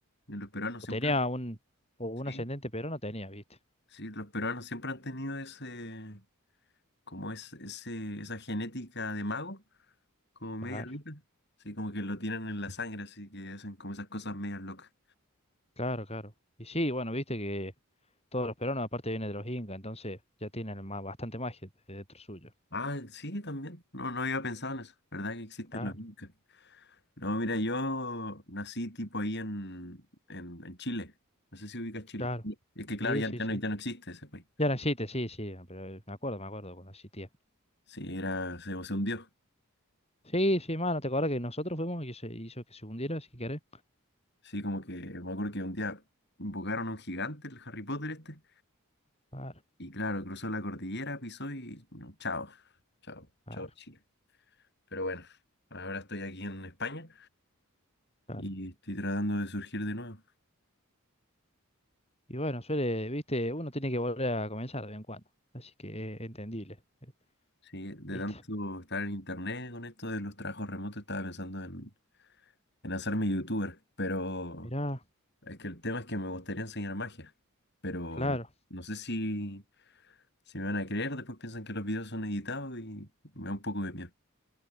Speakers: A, on the left; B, on the left.
A: Y los peruanos siempre
B: O tenía
A: han-
B: un, o un
A: sí,
B: ascendente peruano tenía, viste.
A: sí, los peruanos siempre han tenido ese, como es, ese, esa genética de mago, como media
B: Claro,
A: loca. Sí, como que lo tienen en la sangre, así que hacen como esas cosas medias locas.
B: claro, claro. Y sí, bueno, viste que Todos los peruanos aparte vienen de los incas, entonces ya tienen ma- bastante magia de- dentro suyo.
A: Ah, sí, también. No, no había pensado en eso. ¿Verdad que existen
B: Claro,
A: los incas? No, mira, yo nací tipo ahí en, en, en Chile. No sé si ubicas Chile.
B: claro.
A: Sí. Es que claro,
B: Sí,
A: ya,
B: sí,
A: ya
B: sí.
A: no, ya no existe ese país.
B: Ya no existe, sí, sí, pero eh, me acuerdo, me acuerdo cuando existía.
A: Sí, era, se, se hundió.
B: Sí, sí, mano, te acuerdas que nosotros fuimos y se hizo que se hundiera, si querés.
A: Sí, como que me acuerdo que un día invocaron a un gigante, el Harry Potter este,
B: Claro,
A: y claro, cruzó la cordillera, pisó y no, chao, chao,
B: claro,
A: chao Chile. Pero bueno, ahora estoy aquí en España
B: claro.
A: y estoy tratando de surgir de nuevo.
B: Y bueno, suele, viste, uno tiene que volver a comenzar de vez en cuando. Así que es entendible, eh,
A: Sí, de
B: viste.
A: tanto estar en internet con esto de los trabajos remotos, estaba pensando en, en hacerme youtuber, pero
B: Mirá,
A: es que el tema es que me gustaría enseñar magia, pero
B: claro.
A: no, no sé si, si me van a creer, después piensan que los videos son editados y me da un poco de miedo.